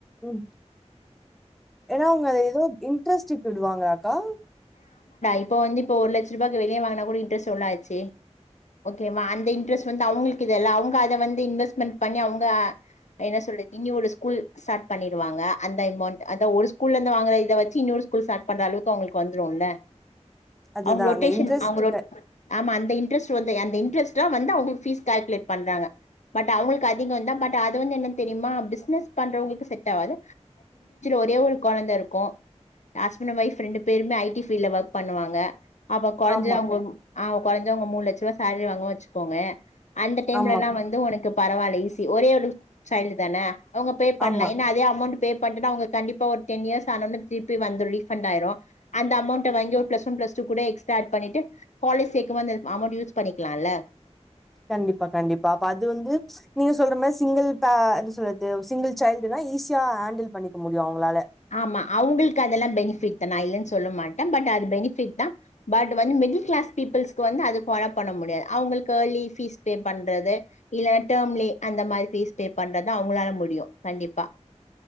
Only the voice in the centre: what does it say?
உம் ஏன்னா உங்க அத ஏதோ இன்ட்ரெஸ்ட் இப்ப விடுவாங்களாக்கா
அதுதான்
அந்த இன்ட்ரெஸ்ட்டுக்கு
ஆமா
ஆமா
ஆமா
கண்டிப்பா கண்டிப்பா அப்ப அது வந்து நீங்க சொல்ற மாதிரி சிங்கிள் அ சொல்றது சிங்கிள் சைல்டுனா ஈஸியா ஹேண்டில் பண்ணிக்க முடியும் அவங்களால